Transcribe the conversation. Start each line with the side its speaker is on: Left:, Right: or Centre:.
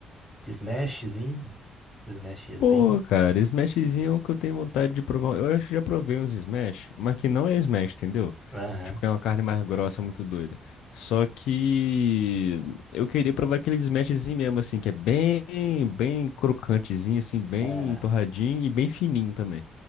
Centre: smashzinho. Smashzinho.
Left: Pô, cara, smashzinho que eu tenho vontade de provar. Eu acho que já provei uns smash, mas que não é smash, entendeu?
Centre: Aham.
Left: Tipo, que é uma carne mais grossa, muito doida. Só que eu queria provar aquele smashzinho mesmo, assim, que é bem, bem crocantezinho, assim, bem
Centre: É.
Left: torradinho e bem fininho também.